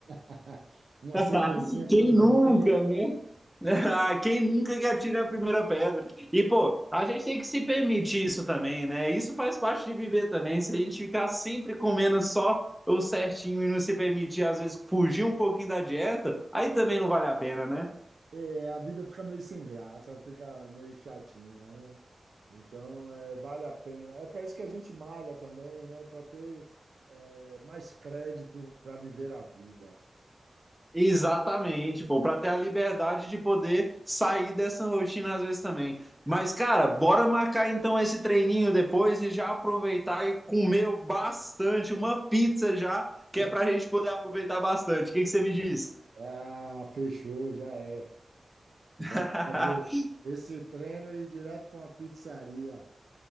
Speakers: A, on the right; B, in the centre.
A: <laughs> Uma
B: <laughs>
A: cervejinha
B: Quem
A: com os amigos,
B: nunca, né? <laughs> Quem nunca que atira a primeira pedra? E, pô, a gente tem que se permitir isso também, né? Isso faz parte de viver também. Se a gente ficar sempre comendo só o certinho e não se permitir, às vezes, fugir um pouquinho da dieta, aí também não vale a pena, né?
A: é, a vida fica meio sem graça, fica meio chatinha, né? Então, é, vale a pena. É para isso que a gente malha também, né? Para ter, é, mais crédito para viver a vida.
B: Exatamente, pô, para ter a liberdade de poder sair dessa rotina às vezes também. Mas, cara, bora marcar então esse treininho depois e já aproveitar e comer bastante, uma pizza já, que
A: Hã?
B: é pra gente poder aproveitar bastante. O que que você me diz?
A: Ah, fechou, já é. Vamos
B: <laughs>
A: fazer esse treino e ir direto para uma pizzaria.